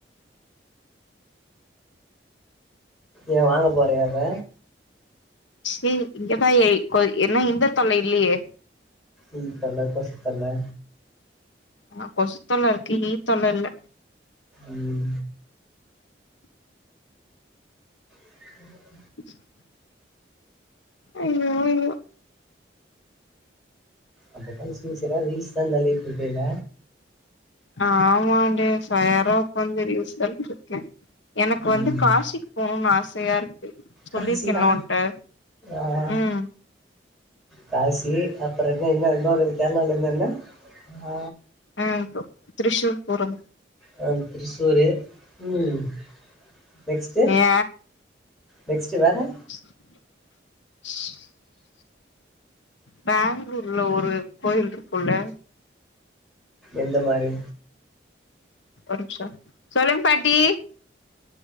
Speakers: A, in the centre; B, on the left.
A: ஏ வாங்க போறயா இப்ப
B: செ இங்கதா எ கொ என்ன இந்த தொல்ல இல்லையே
A: ம் ஹன்றட் டாஸ்க் பண்ணே
B: ஆ கொசுத்தொல்ல இருக்கு ஈத்தொல்ல இல்ல
A: ம் <inaudible>
B: <inaudible> அய்யோ அய்யோ
A: அந்தக்க சின் சியரா ரீல்ஸ் தா தள்ளிட்ருக்கேல
B: ஆமாண்டே சாரா உப்ப வந்து ரீல்ஸ் தள்ளிண்ருக்கேன் எனக்கு
A: ம்
B: வந்து காசிக்கு போகணுனு ஆசையா இருக்கு சொல்லிருக்கேன்ல
A: காசியா
B: உன்ட்ட
A: ஆ
B: ம்
A: காசி அப்ப என்ன என்ன இன்னோறது கேரளால இருந்து என்ன ஆ
B: ஆ திரிசூர் போறது
A: ஆ திரிசூரு ம் நெக்ஸ்ட்டு
B: ஆ
A: நெஸ்ட்டு வேற
B: <inaudible> பெங்களூர்ல ஒரு கோயில் இருக்குல்ல
A: எந்த மாரி
B: ஒரு நிமிசோ சொல்லுங்க பாட்டி